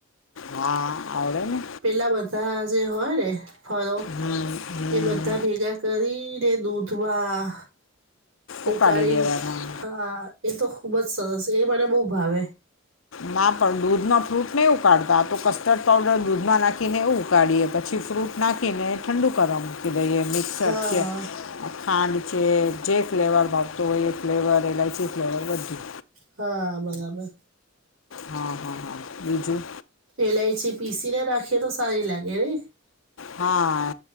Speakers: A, on the left; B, on the right.
A: હા, આવડે ને.
B: પેલા બધા જે હોય ને ફળો.
A: હમ હમ
B: એ બધા ભેગા કરીને દૂધમાં
A: ઉકાળી
B: ઉકારી
A: દેવાના
B: હા એ તો ખુબ જ સરસ એ મને બહુ ભાવે
A: ના, પણ દૂધમાં ફ્રૂટ ને ઉકાળતા તો કસ્ટર્ડ પઉડર દૂધમાં નાખીને એ ઉકાળીએ પછી ફ્રૂટ નાખીને ઠંડુ કરવા મૂકી દઈએ મિક્સર
B: હા
A: છે. ખાંડ છે, જે ફ્લેવર માગતું હોય એ ફ્લેવર, એલાયચી ફ્લેવર બધું.
B: હા, બરાબર.
A: હા હા હા બીજું
B: એલાયચી પીસી ને રાખીએ તો સારી લાગે નઇ
A: હા